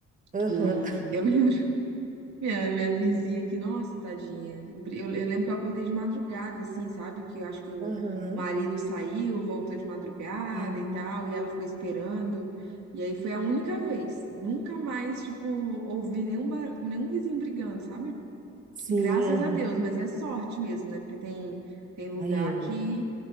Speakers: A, on the right; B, on the right.
A: Aham,
B: Que eu, <laughs> Minha, minha vizinha aqui, nossa, tadinha. Eu, eu lembro que eu acordei de madrugada, assim, sabe? Que eu acho que o
A: <laughs> aham.
B: marido saiu, voltou de madrugada
A: Ah,
B: e tal, e ela ficou esperando. E aí foi a única vez. Nunca mais, tipo, ouvi nenhum, bar... nenhum vizinho brigando, sabe?
A: sim,
B: Graças
A: aham.
B: a Deus, mas é sorte mesmo, né? Porque tem, tem lugar
A: Ai,
B: que,
A: é.